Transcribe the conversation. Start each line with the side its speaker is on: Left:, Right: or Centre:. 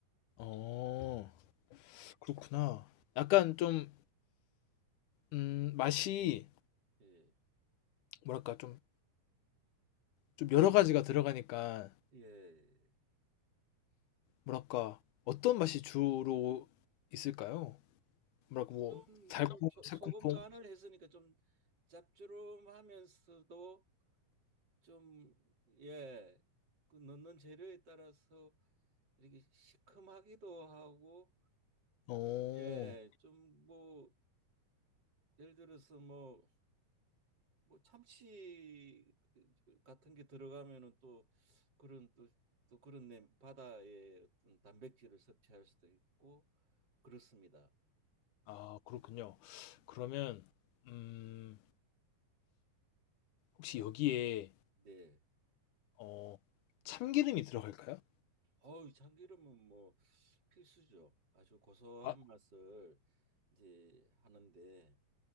Left: 어, 그렇구나. 약간 좀, 음, 맛이
Right: 예.
Left: 뭐랄까 좀 좀 여러 가지가 들어가니까
Right: 예.
Left: 뭐랄까 어떤 맛이 주로 있을까요? 뭐랄까 뭐
Right: 좀
Left: 달콤,
Right: 그
Left: 새콤풍?
Right: 소금 간을 했으니까 좀 짭조름하면서도 좀 예, 그 넣는 재료에 따라서 이렇게 시큼하기도 하고
Left: 어,
Right: 예, 좀 뭐 예를 들어서 뭐 뭐 참치 같은 게 들어가면은 또 그런 또 또 그런 내 바다의 어떤 단백질을 섭취할 수도 있고 그렇습니다.
Left: 아 그렇군요. 그러면 음, 혹시 여기에
Right: 네.
Left: 어, 참기름이 들어갈까요?
Right: 어우, 참기름은 뭐 필수죠. 아주 고소한
Left: 아,
Right: 맛을 이제 하는데